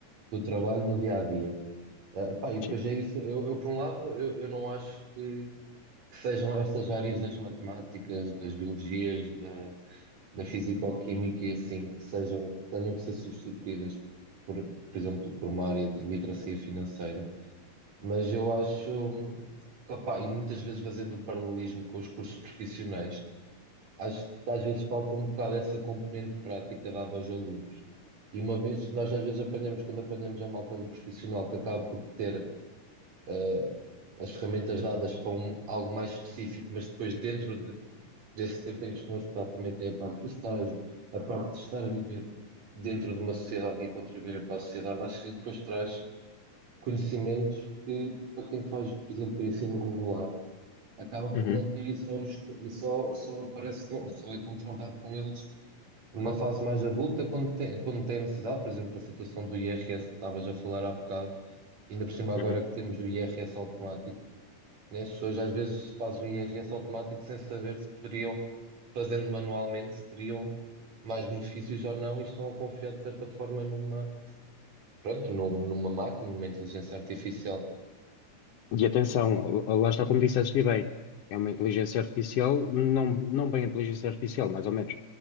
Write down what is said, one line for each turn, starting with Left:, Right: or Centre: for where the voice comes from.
Right: do trabalho no dia a dia. Ah, pá, e depois
Left: Sim.
Right: é isso. Eu, eu, por um lado, eu, eu não acho que, que sejam estas áreas das matemáticas, das biologias, da fisicoquímica e assim que sejam, tenham que ser substituídas por, por exemplo, por uma área de literacia financeira. Mas eu acho, que, opá, e muitas vezes fazendo o paralelismo com os cursos profissionais, acho que às vezes falta um bocado essa componente prática dada aos alunos. E uma vez, nós às vezes apanhamos, quando apanhamos a malta do profissional que acaba por ter ah, as ferramentas dadas para um- algo mais específico, mas depois dentro de- desse tempo em que estão a estudar também tem a parte do estágio, a parte de estar a viver dentro de uma sociedade e a contribuir para a sociedade, acho que depois traz conhecimentos que para quem faz, por exemplo, ensino regular, acaba
Left: Uhum,
Right: por não ter e só, os co- e só, só aparece, com- só é confrontado com eles numa fase mais adulta, quando tem, quando tem necessidade, por exemplo, a situação do IRS que estavas a falar há bocado, ainda por cima agora
Left: uhum.
Right: que temos o IRS automático né? As pessoas às vezes fazem um IRS automático sem saber se poderiam, fazendo manualmente, se teriam mais benefícios ou não e estão a confiar de certa forma numa, pronto, num- numa máquina, numa inteligência artificial.
Left: E atenção, lá está como disseste e bem, é uma inteligência artificial, não, não bem inteligência artificial, mais ou menos.